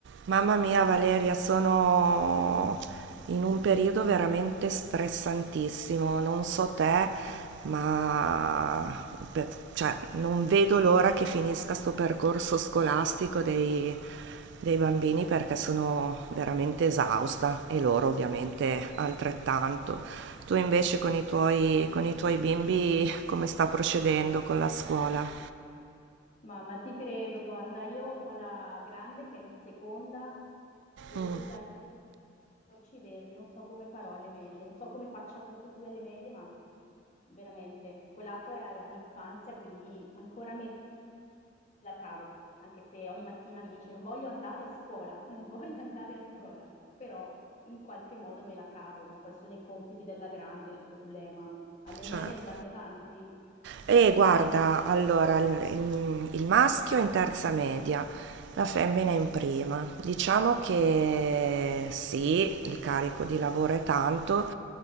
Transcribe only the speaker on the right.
Mamma mia Valeria, sono in un periodo veramente stressantissimo, non so te, ma per- cioè, non vedo l'ora che finisca sto percorso scolastico dei, dei bambini perché sono veramente esausta e loro ovviamente altrettanto. Tu invece con i tuoi, con i tuoi bimbi come sta procedendo con la scuola?
Mm,
certo.
E guarda, allora, il, in- il maschio è in terza media, la femmina è in prima. Diciamo che sì, il carico di lavoro è tanto,